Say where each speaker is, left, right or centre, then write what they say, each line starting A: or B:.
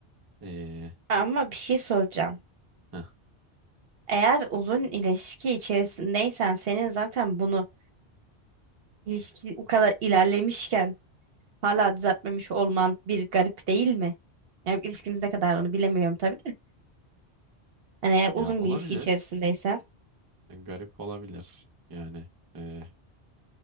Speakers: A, on the right; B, on the right.
A: E,
B: Ama bir şey soracağım.
A: heh,
B: Eğer uzun ilişki içerisindeysen senin zaten bunu ilişki bu kadar ilerlemişken Hala düzeltmemiş olman bir garip değil mi? Yani ilişkiniz ne kadar onu bilemiyorum tabii de. Hani eğer
A: ya
B: uzun
A: olabilir.
B: bir ilişki içerisindeysen
A: e, Garip olabilir. Yani e,